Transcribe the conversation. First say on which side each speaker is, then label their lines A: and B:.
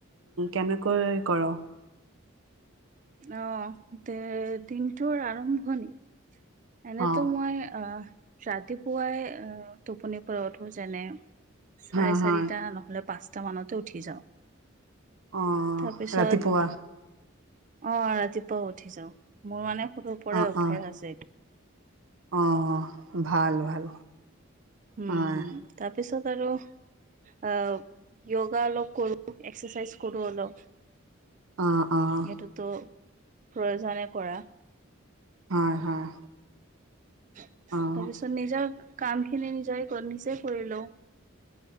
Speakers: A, on the right; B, on the right.
A: কেনেকৈ কৰ।
B: অ', দে-দিনটোৰ আৰম্ভণি এনেতো
A: অ',
B: মই আহ ৰাতিপুৱাই টোপন পৰা উঠো যেনে চাৰে
A: হা, হা,
B: চাৰিটা নহলে পাঁচটা মানতে উঠি যাও।
A: অ',
B: তাৰপিছত
A: ৰাতিপুৱা
B: আহ ৰাতিপুৱা উঠি যাও। মোৰ মানে সৰুৰে পৰা
A: অ',
B: অভ্যাস
A: অ',
B: আছে এইটো।
A: অ', -ভাল- ভাল
B: উম
A: হয়,
B: -উম তাৰপিছত আৰু আ য়োগা অলপ কৰো এক্সাৰচাইজ কৰো অলপ।
A: অ', অ',
B: এইটোতো প্ৰয়োজনে কৰা।
A: হয়- হয়
B: তাৰপিছত
A: অ',
B: নিজৰ কামখিনি নিজেৰ নিজে কৰি লও।